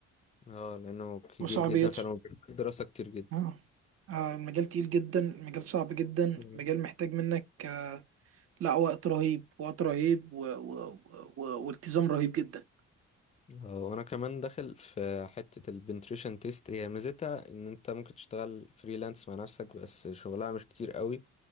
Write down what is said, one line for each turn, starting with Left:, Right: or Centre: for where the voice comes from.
Left: اه لانه كبير
Right: وصعوبيته
Left: جدا فعلا وبيحتاج دراسة كتير جدا
Right: اه آه، المجال تقيل جدا المجال صعب جدا
Left: اه
Right: المجال محتاج منك آه، لا وقت رهيب وقت رهيب و... و... و... والتزام رهيب جدا
Left: آه، وانا كمان داخل في حتة البنتريشن تيست هي ميزتها ان انت ممكن تشتغل فريلانس مع نفسك بس شغلها مش كتير قوي